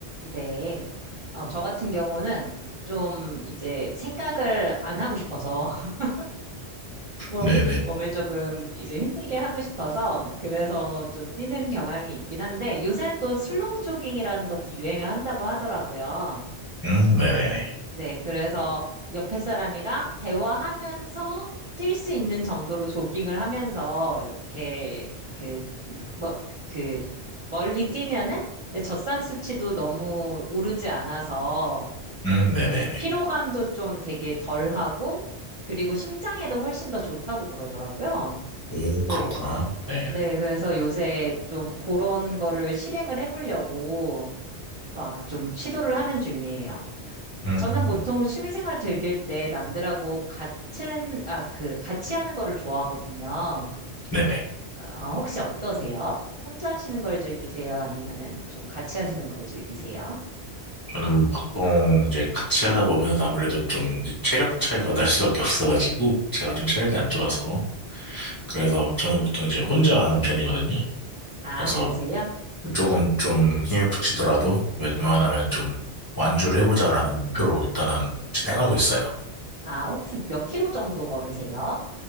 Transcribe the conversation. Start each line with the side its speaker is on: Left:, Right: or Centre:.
Right: 네. 어, 저 같은 경우는 좀 이제 생각을 안 하고 싶어서 <laughs> 몸,
Left: 네네.
Right: 몸을 조금 이제 힘들게 하고 싶어서 그래서 좀 뛰는 경향이 있긴 한데 요새는 또 슬로우 조깅이라는 것도 유행을 한다고 하더라고요.
Left: 음, 네네네.
Right: 네, 그래서 옆에 사람이랑 대화하면서 뛸 수 있는 정도로 조깅을 하면서 이렇게 그, 뭐, 그 멀리 뛰면은 젖산 수치도 너무 오르지 않아서
Left: 음, 네네네.
Right: 음, 피로감도 좀 되게 덜하고 그리고 심장에도 훨씬 더 좋다고 그러더라고요.
Left: 오, 그렇구나.
Right: 그래서 유-
Left: 네네.
Right: 네, 그래서 요새 좀 그런 거를 실행을 해보려고 막 좀 시도를 하는 중이에요.
Left: 음,
Right: 저는 보통 취미생활 즐길 때 남들하고 같은, 아, 그, 같이 하는 거를 좋아하거든요.
Left: 네네.
Right: 어, 어, 혹시 어떠세요? 혼자 하시는 걸 즐기세요? 아니면은 좀 같이 하시는 걸 즐기세요?
Left: 저는 보통 이제 같이 하다 보면 아무래도 좀 이제 체력 차이가 날 수밖에 없어가지고, 제가 좀 체력이 안 좋아서, 그래서 저는 보통 이제 혼자 하는 편이거든요.
Right: 아,
Left: 그래서
Right: 그러세요?
Left: 조금 좀 힘이 붙이더라도 웬만하면 좀 완주를 해보자라는 목표로 일단은 진행하고 있어요.
Right: 아, 혹시 몇 킬로 정도 걸으세요?